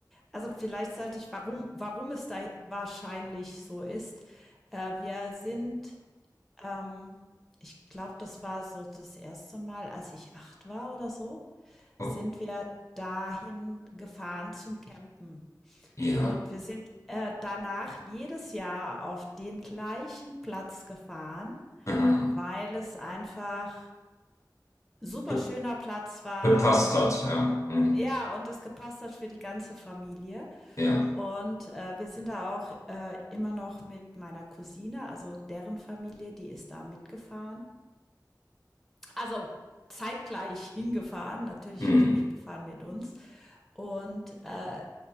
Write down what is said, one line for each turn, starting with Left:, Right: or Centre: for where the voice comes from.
Centre: also vielleicht sollte ich, warum warum es da wahrscheinlich so ist. Äh, wir sind ähm, ich glaube, das war so das erste Mal, als ich 8 war oder so.
Left: Oh,
Centre: sind wir dahin gefahren zum Campen.
Left: ja.
Centre: Und wir sind äh, danach jedes Jahr auf den gleichen Platz gefahren,
Left: <laughs> Mhm.
Centre: weil es einfach super
Left: Ge
Centre: schöner Platz war
Left: gepasst
Centre: und
Left: hat, ja. Mhm.
Centre: ja, und es gepasst hat für die ganze Familie.
Left: Ja.
Centre: Und äh, wir sind da auch äh, immer noch mit meiner Cousine, also deren Familie, die ist da mitgefahren. Also zeitgleich hingefahren, natürlich
Left: Mhm.
Centre: nicht mitgefahren mit uns. Und äh,